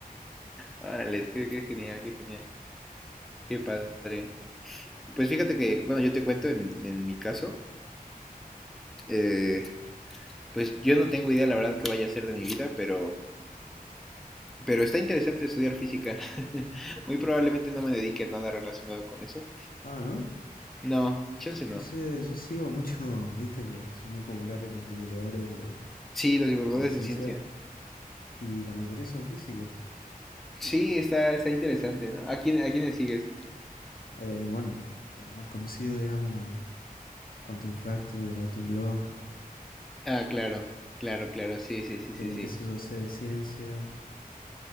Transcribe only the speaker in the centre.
Órale, qué, qué genial, qué genial, qué padre. Pues fíjate que, bueno, yo te cuento en, en mi caso, eh, pues yo no tengo idea, la verdad, qué vaya a ser de mi vida, pero Pero está interesante estudiar física. <laughs> Muy probablemente no me dedique a nada relacionado con eso.
No, chance no.
Sí, los divulgadores
de ciencia.
Sí, está, está interesante, ¿no? ¿A quién, a quiénes sigues?
Ah, claro, claro, claro. Sí, sí, sí,
sí, sí.